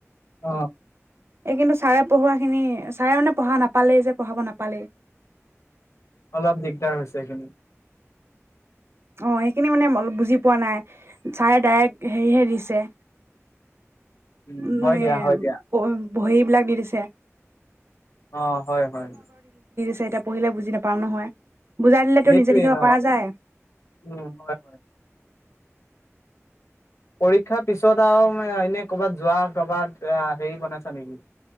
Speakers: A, on the left; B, on the right.
A: অ
B: এই কিন্তু ছাৰে পঢ়োৱা খিনি ছাৰে মানে পঢ়া নাপালেই যে পঢ়াব নাপালেই।
A: অলপ দিগদাৰ হৈছে এইখিনি
B: অ, এইখিনি মানে অলপ বুজি পোৱা নাই, ছাৰে ডাইৰেক্ট হেৰিহে দিছে।
A: উম,
B: নোৱে--ম
A: হয় দিয়া হয় দিয়া
B: কৰিম বহী বিলাক দি দিছে।
A: অ' হয় হয়।
B: যে, এতিয়া পঢ়িলে বুজি নাপাওঁ নহয়। বুজাই দিলে
A: সেইটোৱে
B: টো নিজে লিখিব
A: ন
B: পৰা যায়।
A: উম, হয় হয়। পৰীক্ষাৰ পিছত আৰু মে'এনে কৰ'বাত যোৱা ক'ৰবাত এইয়া হে'ৰি বনাইছা নেকি?